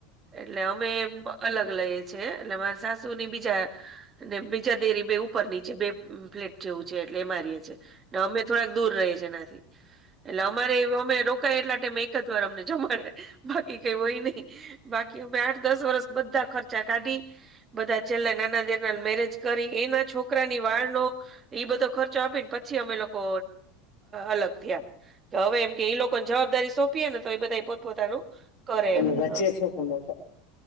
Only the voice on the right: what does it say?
એટલે અમે બ અલગ લઈ છે એટલે મારા સાસુ ની બીજા. અને બીજા દેરી બે ઉપર નીચે બે પ્લેટ. જેવું છે એટલે એ મારીએ છીએ ને અમે થોડાક દૂર રહીીએ એનાથી. એટલે અમારે અમે રોકાાય એટલા માટે એક જ વાર અમને જમાડે બાકી કઈ હોય નહી. બાકીં આઠ દસ વર્સ બધા ખર્ચા કાઢી. બધા છેલ્લા નાના દેરના મેરેજ કરી એના છોકરાની વાળનો. એઈ બધો ખર્ચો આપી ને પછી અમે લોકો અલગ. કે હવે એમ કે એ લોકોને જવાબદારી સોંપીએ ને તો એ બધા પોતપોતાનું. કરે
એમ હ